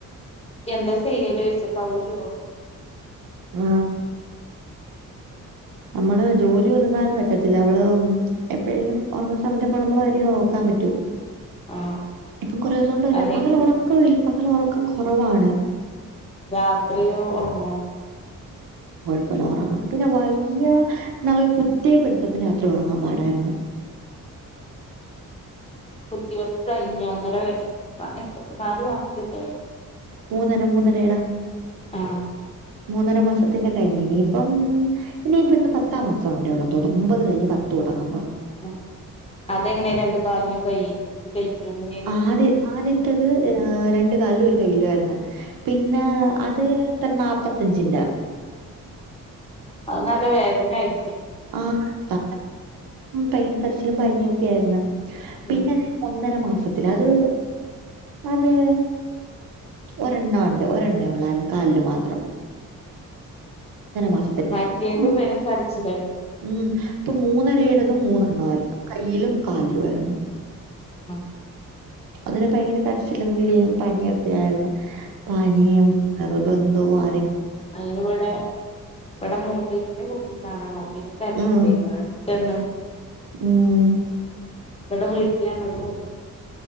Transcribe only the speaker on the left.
എന്താ ചെയ്യല് ചോയിച്ചയാ കൗലുവോ?
ആഹ്
അല്ലെങ്കി
രാത്രിയോ ഓർങ്ങോ?
കുത്തിവെപ്പ് കഴിഞ്ഞ ഒന്നര വയ എ പ എപ് നാലു മാസ്ത്ത്ത്തെ
ആഹ്
അഹ് അതെങ്ങനെ രണ്ടു കാലിനും കൈ കയ്യിനും എങ്ങനേണ്
അഹ് നല്ല വേദന ആയി
ഉം
മറ്റേത്
പരും കരച്ചിലായി
ആഹ്
അയിനിവിടെ ഇവടെ മോട്ടീസിന്റെ കുപ്പി- കാണളു എനിക്കടിച്ചതെയ്നു
അടിച്ചേന്ന്
ഇവടെവീട്ടില്ലാണ് അതുകൊണ്ട്